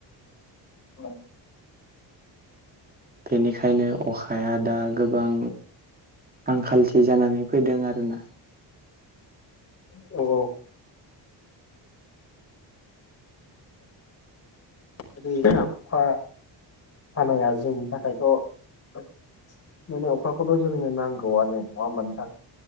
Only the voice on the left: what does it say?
ओम
औ अखा हानाया जोंनि थाखायथ' माने अखाखौथ' जोंनो नांगौआनो नङा होमबा नोंथां